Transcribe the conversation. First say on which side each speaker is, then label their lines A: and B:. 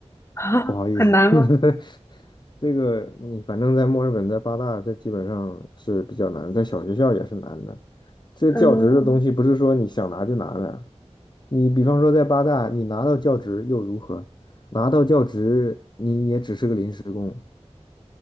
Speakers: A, on the left (about 25°); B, on the left (about 40°).
A: <laughs>
B: 不好意思，
A: 很难吗？
B: <laughs> 这个你反正在墨尔本，在八大，这基本上是比较难的在小学校也是难的。这教职的东西不是说你想拿就拿的，
A: 嗯，
B: 你比方说在八大，你拿到教职又如何？拿到教职，你也只是个临时工。